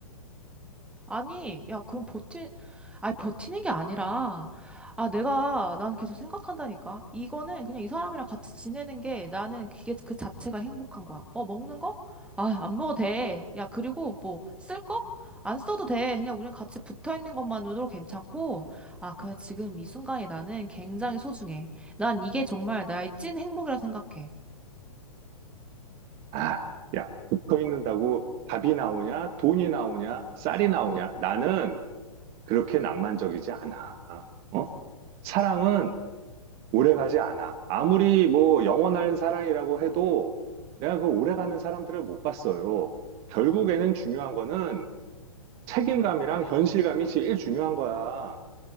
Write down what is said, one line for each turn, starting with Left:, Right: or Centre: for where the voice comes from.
Centre: 아니, 야, 그럼 버티, 아니, 버티는 게 아니라, 아, 내가, 난 계속 생각한다니까. 이거는 그냥 이 사람이랑 같이 지내는 게 나는 그게 그 자체가 행복한 거야. 어, 먹는 거? 아, 안 먹어도 돼. 야, 그리고 뭐, 쓸 거? 안 써도 돼. 그냥 우린 같이 붙어 있는 것만으로 괜찮고, 아, 그냥 지금 이 순간이 나는 굉장히 소중해. 난 이게 정말 나의 찐 행복이라 생각해.
Right: 아, 야, 붙어 있는다고 밥이 나오냐? 돈이 나오냐? 쌀이 나오냐? 나는 그렇게 낭만적이지 않아. 어? 사랑은 오래가지 않아. 아무리 뭐 영원한 사랑이라고 해도 내가 그 오래가는 사람들을 못 봤어요. 결국에는 중요한 거는 책임감이랑 현실감이 제일 중요한 거야.